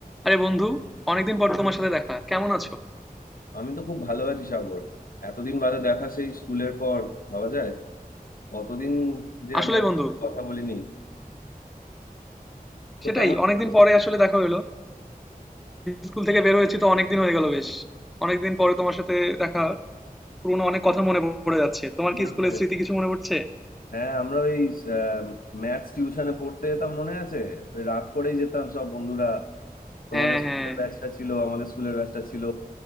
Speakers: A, in the centre; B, on the left.
A: আরে বন্ধু অনেকদিন পর তোমার সাথে দেখা কেমন আছো
B: আমি তো খুব ভালো আছি সাগর এতদিন বাদে দেখা সেই স্কুলের পর ভাবা যায় কতদিন যে
A: আসলেই
B: আমরা
A: বন্ধু
B: কথা বলিনি তো
A: সেটাই
B: কেমন
A: অনেকদিন
B: চলছে?
A: পরে আসলে দেখা হলো স্কুল থেকে বের হয়েছি তো অনেকদিন হয়ে গেল বেশ অনেকদিন পরে তোমার সাথে দেখা পুরনো অনেক
B: হ্যাঁ,
A: কথা মনে পড়ে যাচ্ছে তোমার
B: মনে
A: কি স্কুলের
B: পড়ে
A: স্মৃতি কিছু মনে পড়ছে
B: হ্যাঁ আমরা ওই ম্যাথস টিউশনে পড়তে যেতাম মনে আছে ওই রাত করেই যেতাম সব বন্ধুরা তোমাদের
A: হ্যাঁ
B: স্কুলের
A: হ্যাঁ
B: ব্যাচটা ছিল আমাদের স্কুলের ব্যাচটা ছিল